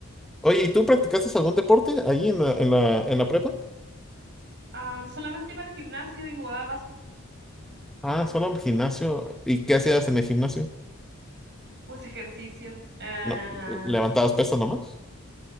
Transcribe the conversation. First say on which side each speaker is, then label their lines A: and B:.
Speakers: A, in the centre; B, on the right.
A: Oye, ¿y tú practicaste algún deporte allí en la, en la, en la prepa?
B: Ah, solamente iba al gimnasio y jugaba básquet,
A: Ah, solo en el gimnasio. ¿Y qué hacías en el gimnasio?
B: pues ejercicio. Ah,
A: No, levantabas pesas nomás.